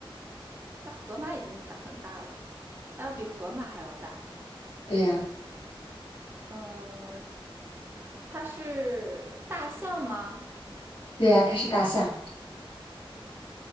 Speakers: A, on the right (about 25°); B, on the left (about 65°).
A: 但河马已经大很大了，它要比河马还要大。
B: 对呀、
A: 呃，它是大象吗？
B: 对呀、它是大象。